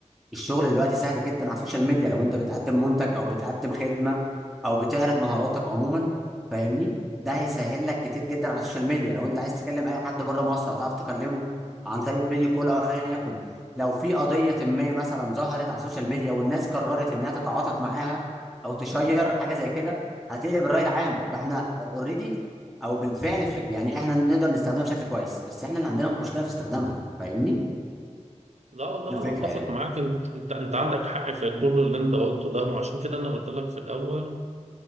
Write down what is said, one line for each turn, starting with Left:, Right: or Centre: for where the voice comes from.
Centre: الشغل دلوقتي سهل جدا على السوشيال ميديا لو انت بتقدم منتج او بتقدم خدمه او بتعرض مهاراتك عموما فاهمني ده هيسهل لك كتير جدا على السوشيال ميديا لو انت عايز تكلم اي حد بره مصر هتعرف تكلمه عن طريق الفيديو كول او ايا يكن لو في قضيه ما مثلا ظهرت على السوشيال ميديا والناس قررت انها تتعاطف معاها او تشير حاجه زي كده هتقلب الراي العام فاحنا اوريدي او بالفعل ف- يعني احنا نقدر نستخدمها بشكل كويس بس احنا اللي عندنا مشكله في استخدامها فاهمني
Right: لا والله
Centre: دي الفكره
Right: انا اتفق
Centre: يعني
Right: معاك ان انت انت أنت عندك حق في كل اللي انت قلته ده وعشان كده انا قلت لك في الاول